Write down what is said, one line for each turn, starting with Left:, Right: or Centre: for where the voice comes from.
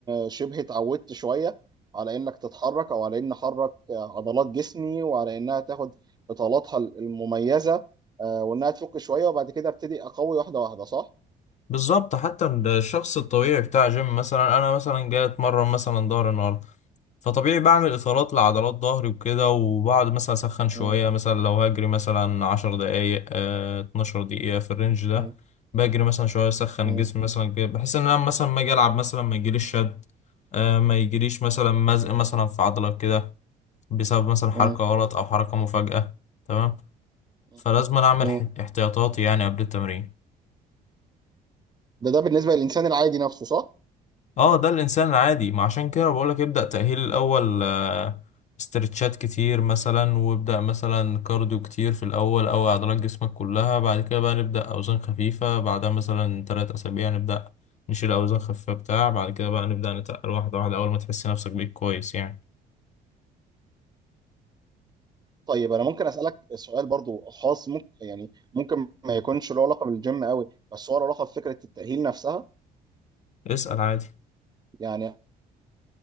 Right: شبه اتعودت شوية على انك تتحرك او على ان احرك عضلات جسمي وعلى انها تاخد اطالاتها المميزة آه، وانها تفك شوية وبعد كده ابتدي اقوي واحدة واحدة صح؟
Left: بالظبط حتى الشخص الطبيعي بتاع جيم مثلا أنا مثلا جاي أتمرن مثلا ظهر النهاردة فطبيعي بعمل إطالات لعضلات ظهري وكده وبعد مثلا أسخن شوية
Right: مم.
Left: مثلا لو هجري مثلا عشر دقايق آه، 12 دقيقة في الرينج ده
Right: مم.
Left: بجري مثلا شوية أسخن
Right: مم.
Left: الجسم مثلا كده بحيث إن أنا مثلا ما أجي ألعب مثلا ما يجيليش شد آه، ما يجيليش مثلا مزق مثلا في عضلة كده بسبب مثلا حركة
Right: مم.
Left: غلط أو حركة مفاجأة تمام
Right: مم.
Left: فلازم أنا أعمل
Right: مم.
Left: ح- احتياطاتي يعني قبل التمرين
Right: ده ده بالنسبة للإنسان العادي نفسه صح؟
Left: اه ده الانسان العادي ما عشان كده بقولك ابدأ تأهيل الاول آه، استرتشات كتير مثلا وابدأ مثلا كارديو كتير في الاول او عضلات جسمك كلها بعد كده بقى نبدأ اوزان خفيفة بعدها مثلا ثلاث اسابيع نبدأ نشيل اوزان خفيفة بتاع بعد كده بقى نبدأ نتقل واحدة واحدة اول ما تحس نفسك بيك كويس يعني
Right: طيب أنا ممكن أسألك سؤال برضو خاص ممكن يعني ممكن ما يكونش له علاقة بالجيم قوي بس هو له علاقة بفكرة التأهيل نفسها
Left: اسأل عادي
Right: يعني